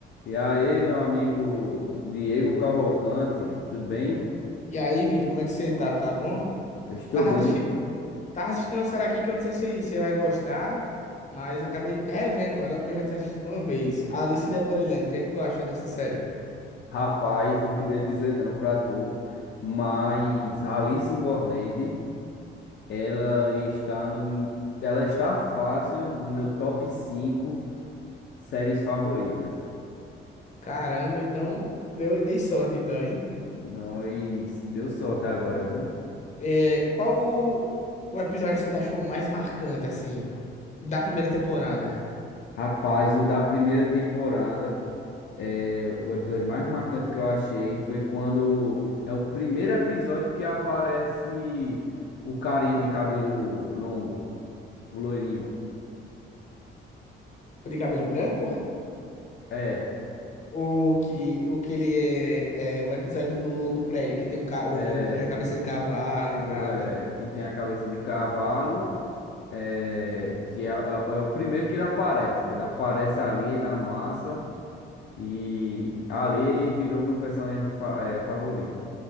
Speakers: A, on the left; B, on the left.
A: E aí, meu amigo Diego Cavalcante, tudo bem?
B: E e aí, Vitor, como é que você tá? Tá bom?
A: Eu estou
B: Tava
A: bem.
B: assistindo, tava assistindo uma série aqui que eu não sei se você vai gostar, mas acabei revendo ela porque eu já tinha assistido uma vez. A Alice in the Borderland, o que é que tu acha dessa série?
A: Rapaz, não queria dizer não pra tu, mas Alice in Borderland, ela está no, ela está fácil no meu top 5 séries favoritas.
B: Caramba, então deu, dei sorte então, hein?
A: Nós deu sorte agora, viu?
B: É, qual o, o episódio que você achou mais marcante, assim, da primeira temporada?
A: Rapaz, o da primeira temporada. É, o episódio mais marcante que eu achei foi quando é o primeiro episódio que aparece o carinha de cabelo longo, o loirinho.
B: O de cabelo branco?
A: É,
B: O que, o que ele é, é o episódio do, do prédio, que tem o, ca- o
A: é,
B: homem de cabeça de cavalo
A: do-
B: e tal.
A: é, que tem a cabeça de cavalo, é, que é, é o é o primeiro que ele aparece. Ele aparece ali na massa e ali virou meu personagem fa- é, favorito.